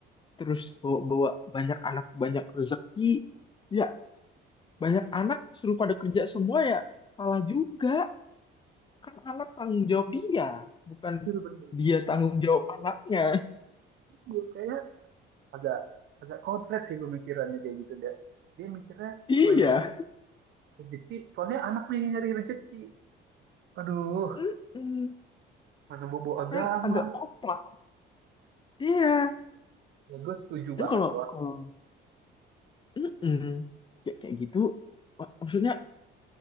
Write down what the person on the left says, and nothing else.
terus bawa-bawa banyak anak banyak rezeki. Ya banyak anak suruh pada kerja semua ya salah juga kan anak tanggung jawab dia bukan
dia tanggung jawab anaknya
<laughs> iya
Mm-mm.
kan agak kompleks iya
kan
kalau
kalau mm-mm. Ya, kayak gitu mak- maksudnya